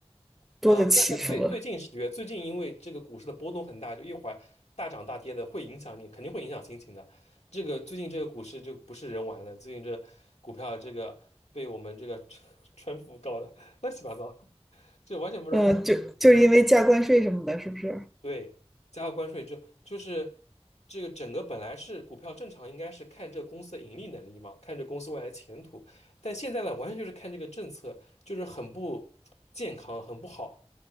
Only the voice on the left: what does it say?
哦，那那最最近十月，最近因为这个股市的波动很大，就一会儿大涨大跌的，会影响你，肯定会影响心情的。这个最近这个股市就不是人玩的，最近这股票这个被我们这个 <laughs> 川普搞的乱七八糟，这完全不知道咋回事。
对，加了关税就就是这个整个本来是股票正常应该是看这公司的盈利能力嘛，看这公司未来前途，但现在呢，完全就是看这个政策，就是很不健康，很不好，